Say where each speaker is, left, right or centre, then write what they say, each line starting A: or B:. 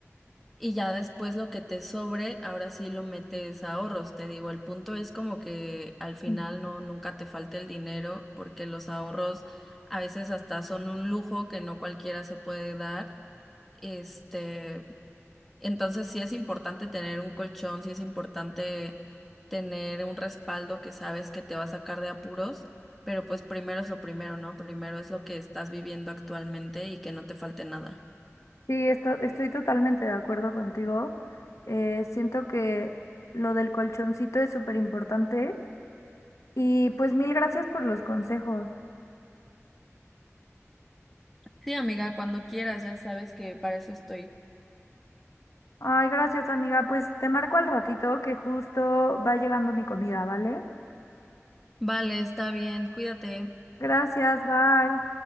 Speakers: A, in the centre; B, on the left.
A: y ya después lo que te sobre, ahora sí lo metes a ahorros. Te digo, el punto es como que al final
B: Mm.
A: no, nunca te falte el dinero, porque los ahorros a veces hasta son un lujo que no cualquiera se puede dar. Este, entonces sí es importante tener un colchón, sí es importante tener un respaldo que sabes que te va a sacar de apuros, pero pues primero es lo primero, ¿no? Primero es lo que estás viviendo actualmente y que no te falte nada.
B: Sí, esto- estoy totalmente de acuerdo contigo. Eh, siento que lo del colchoncito es súper importante. Y pues mil gracias por los consejos.
A: Sí, amiga, cuando quieras, ya sabes que para eso estoy.
B: Ay, gracias amiga. Pues te marco al ratito que justo va llegando mi comida, ¿vale?
A: Vale, está bien, cuídate.
B: Gracias, bye.